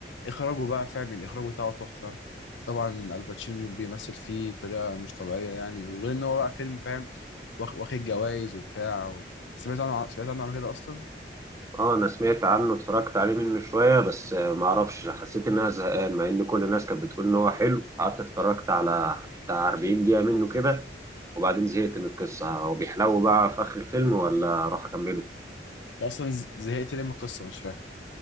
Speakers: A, on the left; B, on the right.
A: اخراجه بقى فاهم الاخراج بتاعه تحفه طبعا الباتشينو بيمثل فيه بطريقه مش طبيعيه يعني وغير ان هو بقى فيلم فاهم واخ- واخد جوائز وبتاع و... سمعت عنه سمعت عنه قبل كده اصلا
B: اه انا سمعت عنه اتفرجت عليه منه شويه بس آه، ما اعرفش حسيت ان انا زهقان مع ان كل الناس كانت بتقول ان هو حلو قعدت اتفرجت على بتاع 40 دقيقه منه كده وبعدين زهقت من القصه هو بيحلو بقى في اخر الفيلم ولا اروح اكمله
A: أنت اصلا ز- زهقت ليه من القصه مش فاهم